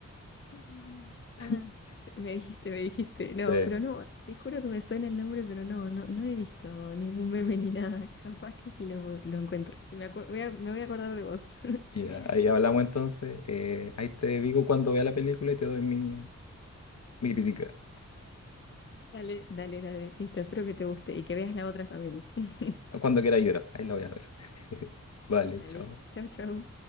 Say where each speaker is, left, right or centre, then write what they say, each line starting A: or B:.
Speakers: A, on the left; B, on the left.
A: Mm.
B: <laughs>
A: Ah, sí, me dijiste, me dijiste. No,
B: Sí,
A: pero no, te juro que me suena el nombre, pero no, no, no he visto ningún meme ni nada. <laughs> Capaz que sí lo, lo encuentro. Y me, acu- voy a, me voy a acordar de vos. <laughs>
B: y a- ahí hablamos entonces. eh, ahí te digo cuando vea la película y te doy mi, mi crítica.
A: Dale, dale, dale. Listo, espero que te guste y que veas la otra también. <laughs>
B: Cuando quiera llorar, ahí la voy a ver. <laughs> Vale,
A: Dale,
B: chao.
A: chau, chau.